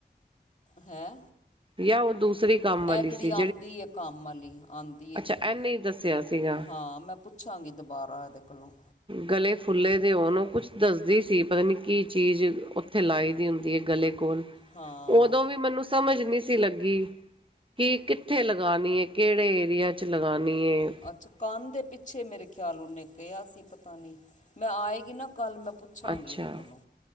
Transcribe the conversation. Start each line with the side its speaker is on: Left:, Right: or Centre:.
Left: ਹੈਂ।
Right: ਜਾਂ ਉਹ ਦੂਸਰੀ ਕੰਮ ਵਾਲੀ
Left: ਇਹ ਜਿਹੜੀ
Right: ਸੀ
Left: ਆਂਦੀ ਐ, ਕੰਮ ਵਾਲੀ ਆਂਦੀ ਐ,
Right: ਅੱਛਾ
Left: ਜਿਹੜੀ
Right: ਇਹਨੇ ਹੀ ਦੱਸਿਆ ਸੀਗਾ
Left: ਹਾਂ ਮੈਂ ਪੁੱਛਾਂਗੀ ਦੁਬਾਰਾ ਇਹਦੇ ਕੋਲੋਂ।
Right: ਗਲੇ ਫੁੱਲੇ ਦੇ ਉਹਨੂੰ ਉਹ ਕੁਛ ਦੱਸਦੀ ਸੀ, ਪਤਾ ਨੀ ਕੀ ਚੀਜ਼ ਉੱਥੇ ਲਾਈ ਦੀ ਹੁੰਦੀ ਏ। ਗਲੇ ਕੋਲ,
Left: ਹਾਂ
Right: ਉਦੋਂ ਵੀ ਮੈਨੂੰ ਸਮਝ ਨੀ ਸੀ ਲੱਗੀ। ਕਿ ਕਿੱਥੇ ਲਗਾਨੀ ਏ, ਕਿਹੜੇ ਏਰੀਏ ਚ ਲਗਾਨੀ ਏ।
Left: ਅੱਛਾ ਕੰਨ ਦੇ ਪਿੱ ਪਿੱਛੇ ਮੇਰੇ ਖਿਆਲ ਉਹਨੇ ਕਿਹਾ ਸੀ ਪਤਾ ਨਹੀਂ, ਮੈਂ ਆਏਗੀ ਨਾ ਕੱਲ੍ਹ ਮੈਂ ਪੁੱਛਾਂਗੀ
Right: ਅੱਛਾ
Left: ਉਹਦੇ ਕੋਲੋਂ